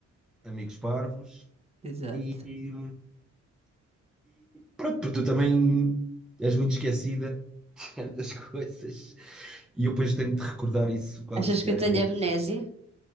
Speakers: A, in the centre; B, on the right.
A: amigos parvos,
B: exato.
A: e, e, pronto, porque tu também és muito esquecida <laughs> das coisas, e eu depois tenho de recordar isso quase
B: Achas
A: diariamente.
B: que eu tenho amnésia?